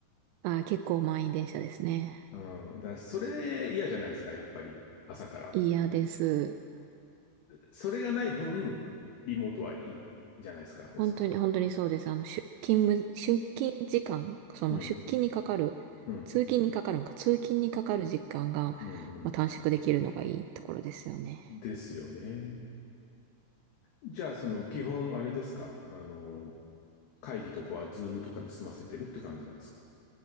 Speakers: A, on the right; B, on the left.
A: あー、結構満員電車ですね。
B: うん、だからそれ嫌じゃないですか、やっぱり。朝から。
A: 嫌です。
B: それがない分、リモートはいいじゃないですか、おそらく。
A: 本当に、本当にそうです。あの、出勤む、出勤時間、その出勤にかかる、
B: うん、うん、
A: 通勤にかかるんか、通勤にかかる時間が、
B: うん、うん。
A: まあ、短縮できるのがいいところですよね。
B: ですよね。じゃあ、その、基本、あれですかあの、会議とかは、ズームとかで済ませてるって感じなんですか